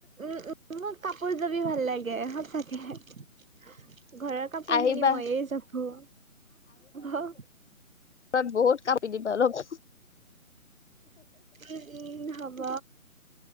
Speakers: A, on the right; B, on the left.
A: উম উ। মোক কাপোৰ জাপি ভাল লাগে সঁচাকে। ঘৰৰ কাপোৰখিনি
B: আহিবা
A: মইয়ে যাপো হ।
B: তৰত বহুত কাপি দিবা লব।
A: উম উম হব।